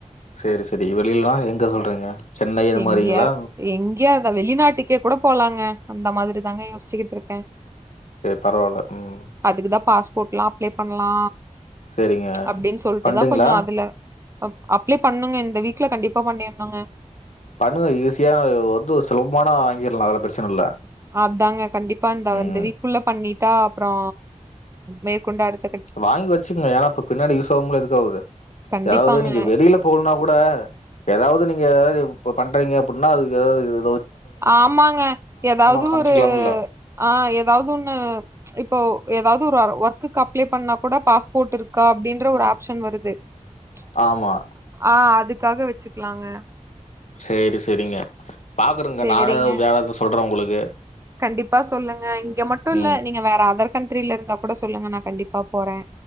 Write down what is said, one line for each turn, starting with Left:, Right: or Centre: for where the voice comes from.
Left: சேரி சேரி வெளியிலலா எங்க சொல்றீங்க சென்னை அது
Right: எங்கேயா
Left: மாரிங்களா
Right: எங்கேயாவ்து வெளிநாட்டுக்கே கூட போலாங்க அந்த மாதிரி தாங்க யோஸ்ச்சிகிட்டு இருக்கே
Left: சேர் பரவால்ல ம்
Right: அதுக்குதா பாஸ்போட்ல்லா அப்ளை பண்லா
Left: சேரிங்க
Right: அப்டின் சொல்ட்டுதா
Left: பண்றீங்களா
Right: கொஞ்சோ அதுல அப் அப்ளே பண்ணுங்க இந்த வீக்ல கண்டிப்பா பண்ணீருணுங்க
Left: பண்ணுங்க ஈஸியா வந்து சுலபமானா வாங்கிட்லா அதல்லா பிரச்சன இல்ல
Right: அதாங்க கண்டிப்பா இந்த இந்த
Left: ம்
Right: வீக்குள்ள பண்ணிட்டா அப்றோ மேற்கொண்டு அடுத்
Left: வாங்கி வச்சுக்குங்க ஏன்னா இப்ப பின்னாடி யூஸ் ஆவும்ள எதுக்காவ்து
Right: கண்டிப்பாங்க.
Left: எதாவ்து நீங்க வெளில போணுனா கூட எதாவ்து நீங்க பண்றீங்க அப்டின்னா அதுக்கு இது
Right: ஆமாங்க எதாவ்து
Left: காமிச்சுக்கலாம்ல்ல
Right: ஒரு ஆ எதாவ்து ஒண்ணு இப்போ எதாவ்து ஒரு ஒர்க்குக்கு அப்ளே பண்ணா கூட பாஸ்போர்ட் இருக்கா அப்டின்ற ஒரு ஆப்ஷன் வருது <unintelligible>
Left: ஆமா
Right: ஆ அதுக்காக வெச்சுக்லாங்க
Left: சேரி சேரிங்க பாக்குறங்க
Right: சரிங்க.
Left: நானு வேல எதுவு சொல்றே உங்குளுக்கு
Right: கண்டிப்பா சொல்லுங்க இங்க மட்டுல்ல
Left: ம்
Right: நீங்க வேற அதர் கண்ட்ரில இருந்தா கூட சொல்லுங்க நா கண்டிப்பா போறே